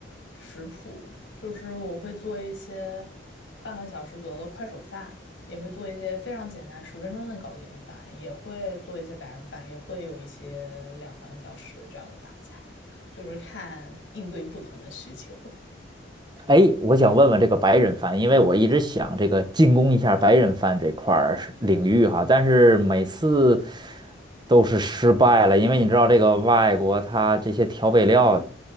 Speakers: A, on the left; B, on the right.
A: 食谱，就是我会做一些半个小时左右的快手饭，也会做一些非常简单，十分钟能搞定的饭，也会做一些白人饭，也会有一些两三个小时这样的大菜，就是看应对不同的需求。
B: 哎，我想问问这个白人饭，因为我一直想这个进攻一下白人饭这块儿是领域哈，但是每次都是失败了，因为你知道这个外国它这些调味料，